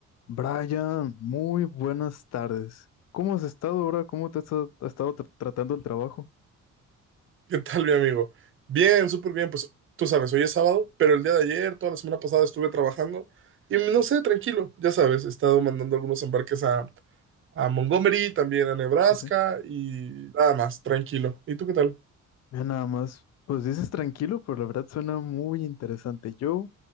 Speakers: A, on the left; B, on the right.
A: Brian, muy buenas tardes. ¿Cómo has estado ahora? ¿Cómo te has estado, ha estado tra- tratando el trabajo?
B: ¿Qué tal, mi amigo? Bien, súper bien. Pues tú sabes, hoy es sábado, pero el día de ayer, toda la semana pasada estuve trabajando y no sé, tranquilo, ya sabes, he estado mandando algunos embarques a, a Montgomery, también a Nebraska
A: Sí, sí.
B: y nada más, tranquilo. ¿Y tú qué tal?
A: Mira, nada más, pues dices tranquilo, pero la verdad suena muy interesante. Yo,